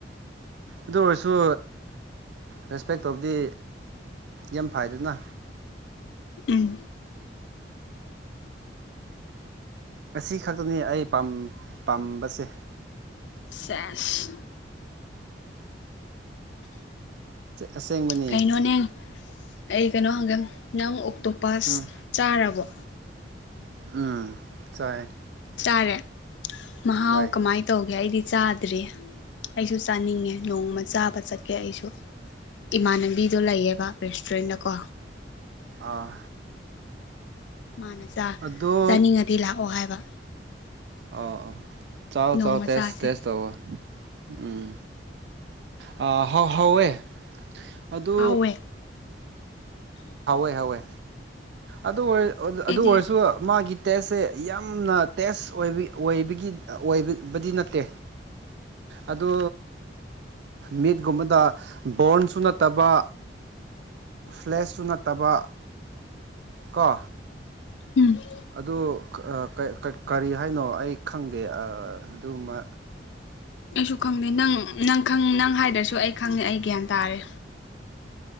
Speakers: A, on the right; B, on the left.
A: ꯑꯗꯨ ꯑꯣꯏꯔꯁꯨ ꯔꯦꯁꯄꯦꯛ ꯇꯧꯕꯗꯤ ꯌꯥꯝ ꯐꯩꯗꯅ
B: ꯎꯝ
A: ꯑꯁꯤ ꯈꯛꯇꯅꯤ ꯑꯩ ꯄꯥꯝ ꯄꯥꯝꯕꯁꯦ
B: ꯆꯦꯁ
A: ꯑꯁꯦꯡꯕꯅꯤ
B: ꯀꯩꯅꯣꯅꯦ ꯑꯩ ꯀꯩꯅꯣ ꯍꯪꯒꯦ ꯅꯪ ꯑꯣꯛꯇꯣꯄꯁ
A: ꯎꯝ
B: ꯆꯥꯔꯕꯣ
A: ꯎꯝ ꯆꯥꯏ
B: ꯆꯥꯔꯦ ꯃꯍꯥꯎ
A: ꯍꯣꯏ
B: ꯀꯃꯥꯏꯅ ꯇꯧꯒꯦ ꯑꯩꯗꯤ ꯆꯥꯗ꯭ꯔꯔꯤ ꯑꯩꯁꯨ ꯆꯥꯅꯤꯡꯉꯦ ꯅꯣꯡꯃ ꯆꯥꯕ ꯆꯠꯀꯦ ꯑꯩꯁꯨ ꯏꯃꯥꯟꯅꯕꯤꯗꯣ ꯂꯩꯌꯦꯕ ꯔꯦꯁꯇꯨꯔꯦꯟꯗꯀꯣ
A: ꯑꯥ
B: ꯃꯥꯅ ꯆ
A: ꯑꯗꯣ
B: ꯆꯥꯅꯤꯡꯉꯗꯤ ꯂꯥꯛꯑꯣ ꯍꯥꯏꯕ
A: ꯑꯣ ꯑꯣ ꯆꯥꯎ
B: ꯅꯣꯡꯃ
A: ꯆꯥꯎ ꯇꯦꯁ
B: ꯆꯥꯁꯦ
A: ꯇꯦꯁ ꯇꯧꯑꯣ ꯎꯝ ꯍꯥ ꯍꯥ ꯍꯥꯎꯋꯦ ꯑꯗꯨ
B: ꯍꯥꯎꯋꯦ
A: ꯍꯥꯎꯋꯦ ꯍꯥꯎꯋꯦ ꯑꯗꯨ ꯑꯣꯏ ꯑꯗꯨ
B: ꯑꯩꯗꯤ
A: ꯑꯣꯏꯔꯁꯨ ꯃꯥꯒꯤ ꯇꯦꯁꯁꯦ ꯌꯥꯝꯅ ꯇꯦꯁ ꯑꯣꯏ ꯑꯣꯏꯕꯒꯤ ꯑꯣꯏꯕꯕꯗꯤ ꯅꯠꯇꯦ ꯑꯗꯨ ꯃꯤꯠꯀꯨꯝꯕꯗ ꯕꯣꯔꯟꯁꯨ ꯅꯠꯇꯕ ꯐ꯭ꯂꯦꯁꯁꯨ ꯅꯠꯇꯕ ꯀꯣ
B: ꯎꯝ
A: ꯑꯗꯨ ꯑꯥ ꯀꯔꯤ ꯍꯥꯏꯅꯣ ꯑꯩ ꯈꯪꯗꯦ ꯑꯥ ꯑꯗꯨꯃ
B: ꯑꯩꯁꯨ ꯈꯪꯗꯦ ꯅꯪ ꯅꯪ ꯅꯪ ꯍꯥꯏꯗ꯭ꯔꯁꯨ ꯑꯩ ꯈꯪꯉꯦ ꯑꯩ ꯒ꯭ꯌꯥꯟ ꯇꯥꯔꯦ